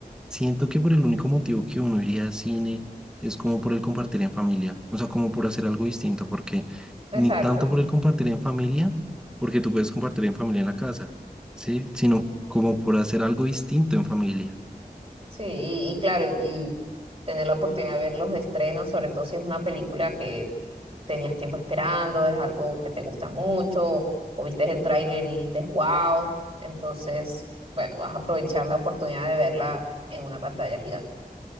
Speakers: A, in the centre; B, on the right (about 40°).
A: siento que por el único motivo que uno iría a cine es como por el compartir en familia, o sea, como por hacer algo distinto, porque
B: Exacto.
A: ni tanto por el compartir en familia, porque tú puedes compartir en familia en la casa, ¿sí? Sino como por hacer algo distinto en familia.
B: Sí, y, y claro, y tener la oportunidad de ver los estrenos, sobre todo si es una película que tenías tiempo esperando, es algo que te gusta mucho, o viste el tráiler y dijiste, wow, entonces, bueno, vas a aprovechar la oportunidad de verla en una pantalla gigante.